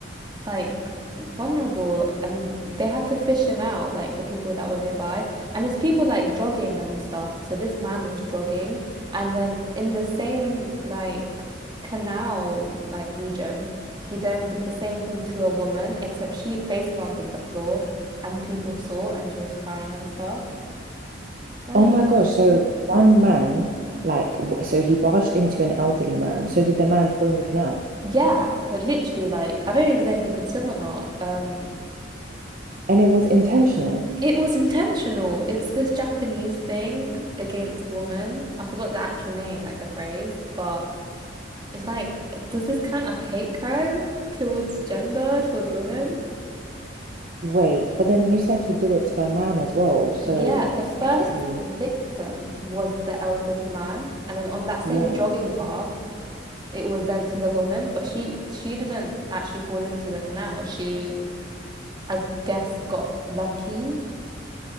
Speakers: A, on the right; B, on the right.
A: like vulnerable and they had to fish him out like the people that were nearby and it's people like jogging and stuff so this man was jogging and then in the same like canal like region he then did the same thing to a woman except she face planted the floor and people saw and she was crying and stuff like
B: Oh my gosh. So one man, like, w- so he barged into an elderly man. So did the man fall in the canal?
A: yeah like literally like i don't even know if he could swim or not um
B: And it was intentional.
A: It was intentional. It's this Japanese thing against women. I forgot the actual name, like the phrase, but it's like, does this count as hate crime towards gender, towards women?
B: Wait, but then you said he did it to a man as well. So
A: Yeah, the first
B: clearly,
A: victim was the elderly man, and then on that same
B: yeah.
A: jogging path, it was then to the woman, but she she didn't actually fall into the canal. She, I guess, got lucky.